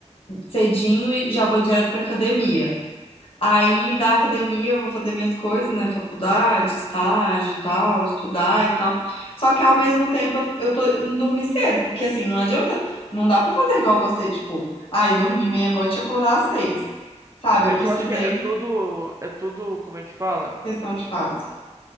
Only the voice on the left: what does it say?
cedinho e já vou direto pra academia. Aí da academia eu vou fazer minhas coisas, né? Faculdade, estágio e tal, estudar e tal. Só que ao mesmo tempo eu, eu tô indo dormir cedo, porque assim, não adianta, não dá pra fazer igual você, tipo, ai, dormir meia-noite e acordar às seis. Sabe?
Eu precisei,
questão de fase.